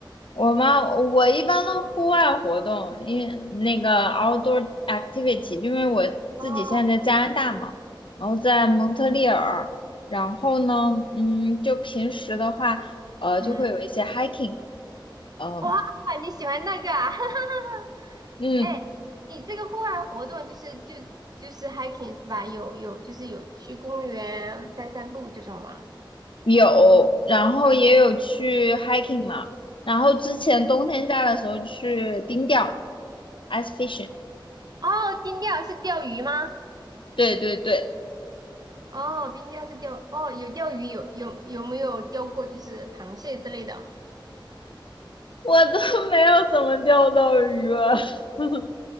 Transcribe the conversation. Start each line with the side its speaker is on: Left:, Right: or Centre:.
Left: 我吗？我一般都户外活动，因为那个 outdoor activity，因为我自己现在在加拿大嘛，
Right: 哦，
Left: 然后在蒙特利尔，然后呢，嗯，就平时的话，呃，
Right: 嗯，
Left: 就会有一些 hiking，嗯、
Right: 哇，你喜欢那个啊？<laughs>
Left: 嗯，
Right: 哎，你这个户外活动就是就就是 hiking 是吧？有有就是有去公园散散步这种吗？
Left: 有，然后也有去 hiking 嘛，然后之前冬天家的时候去冰钓，ice fishing。
Right: 哦，冰钓是钓鱼吗？
Left: 对对对，
Right: 哦，冰钓是钓，哦，有钓鱼，有有有没有钓过就是螃蟹之类的？
Left: 我都 <laughs> 没有怎么钓到鱼了，<laughs>